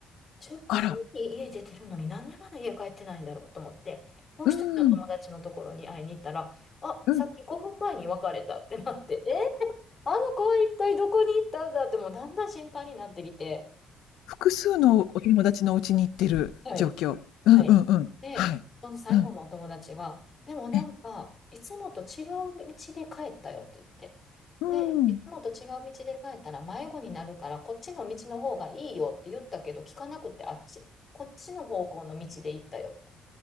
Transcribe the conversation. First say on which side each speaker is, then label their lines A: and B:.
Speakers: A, on the left (about 30°); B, on the left (about 90°).
A: 10分前に家出てるのに、
B: あら、
A: なんでまだ家帰ってないんだろうと思って、もう一人の友達のところに会いに行ったら、
B: うーん、
A: あ、
B: うん。
A: さっき5分前に別れたってなって、え、あの子は一体どこに行ったんだって、もうだんだん心配になってきて、
B: 複数のお友達のお家に行ってる状況。
A: はい。
B: うんうんうん。
A: はい。で、
B: はい。
A: その最後のお友達は、
B: うん。
A: でもなんか、
B: ええ、
A: いつもと違う道で帰ったよって言って。
B: うーん。
A: で、いつもと違う道で帰ったら迷子になるから、こっちの道の方がいいよって言ったけど、聞かなくて、あっち、こっちの方向の道で行ったよって。